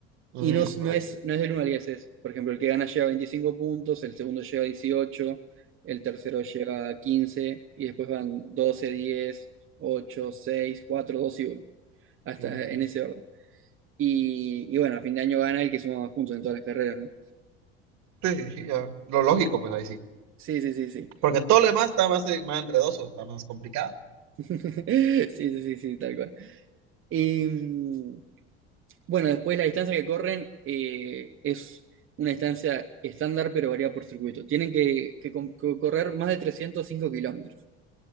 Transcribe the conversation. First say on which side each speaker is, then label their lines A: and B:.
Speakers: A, on the right; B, on the right.
A: Mm,
B: Y no, es- no
A: vaya,
B: es,
A: vaya.
B: no es del uno al diez es, por ejemplo, el que gana lleva 25 puntos, el segundo lleva dieciocho el tercero lleva quince y después van doce diez ocho seis cuatro 2 y uno hasta
A: Mm.
B: en ese orden. Y, y bueno, a fin de año gana el que suma más puntos en todas las carreras, ¿no?
A: Sí, sí, sí, ya. Lo lógico, pues ahí sí.
B: Sí, sí, sí, sí.
A: Porque todo lo demás está más, eh, más enredoso, está más complicado.
B: <laughs> Sí, sí, sí, sí, tal cual. Y, mm, Bueno, después la distancia que corren eh, es una distancia estándar, pero varía por circuito. Tienen que, que con- co- correr más de 305 kilómetros